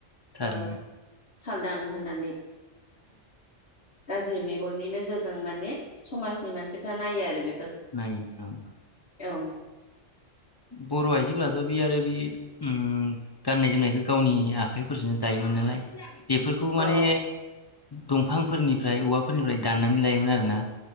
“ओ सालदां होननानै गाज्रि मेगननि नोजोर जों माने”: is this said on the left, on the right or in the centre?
Left